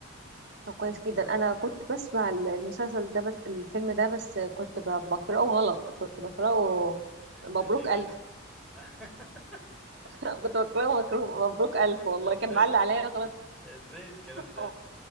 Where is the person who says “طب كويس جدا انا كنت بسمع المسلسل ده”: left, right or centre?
Right